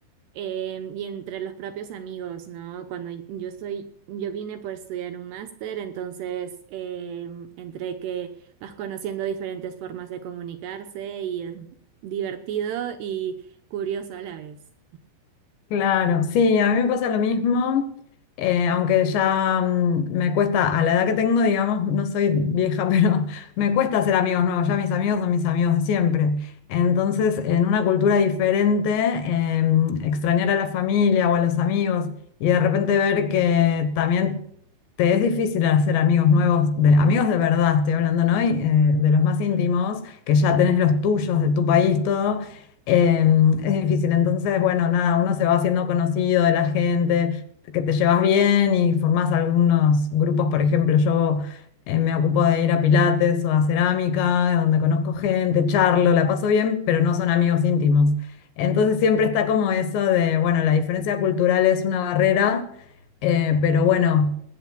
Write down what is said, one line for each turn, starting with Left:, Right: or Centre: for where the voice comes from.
Right: eh, y entre los propios amigos, ¿no? Cuando yo estoy, yo vine por estudiar un máster, entonces eh, entre que vas conociendo diferentes formas de comunicarse y es divertido y curioso a la vez.
Left: Claro, sí, a mí me pasa lo mismo, eh, aunque ya mm, me cuesta, a la edad que tengo, digamos, no soy vieja, <laughs> pero me cuesta hacer amigos nuevos, ya mis amigos son mis amigos de siempre. Entonces, en una cultura diferente, em, extrañar a la familia o a los amigos y de repente ver que también te es difícil hacer amigos nuevos, de, amigos de verdad, estoy hablando, ¿no? Y, eh, de los más íntimos,
Right: Mm.
Left: que ya tenés los tuyos, de tu país, todo. Eh, es difícil, entonces, bueno, nada, uno se va haciendo conocido de la gente, que te llevas bien y formás algunos grupos, por ejemplo, yo eh, me ocupo de ir a pilates o a cerámica, donde conozco gente, charlo, la paso bien, pero no son amigos íntimos. Entonces siempre está como eso de, bueno, la diferencia cultural es una barrera, eh, pero bueno.